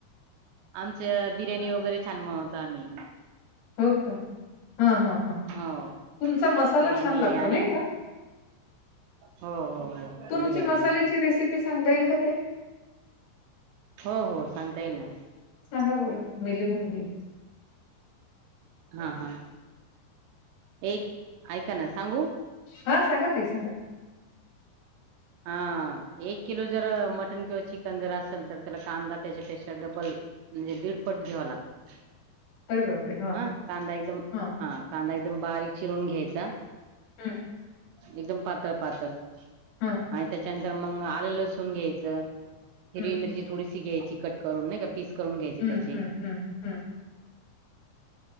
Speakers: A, on the right (about 80°); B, on the left (about 85°).
A: आमचं बिर्याणी वगैरे छान बनवतो आम्ही
B: हो का हा हा हा
A: हो
B: तुमचा मसाला
A: बिर्याणी
B: छान लागतो
A: आणि
B: नाही का?
A: हो हो हो
B: तुमची
A: बिर्याणीचा
B: मसाल्याची रेसिपी सांगता येईल का ताई?
A: हो हो सांगता येईल ना
B: सांगा बोरं मी लिहून घेई
A: हा हा एक ऐका ना सांगु
B: हा सांगा तई सांगा
A: हा एक किलो जर मटन किंवा चिकन जर असेल तर त्याला कांदा त्याच्यापेक्षा डबल म्हणजे दीडपट घ्यावा लागत
B: अरे बापरे! हां,
A: हा कांदा एकदम
B: हां,
A: हा कांदा एकदम बारीक चिरून घ्यायचा
B: हुम्
A: एकदम पातळ पातळ
B: हां,
A: आणि त्याच्यानंतर मग आलेलं लसून घ्यायचं हिरवी
B: हं.
A: मिरची थोडीशी घ्यायची कट करून नाही का पीस करून घ्यायची
B: हं,
A: त्याचे
B: हं, हं, हं.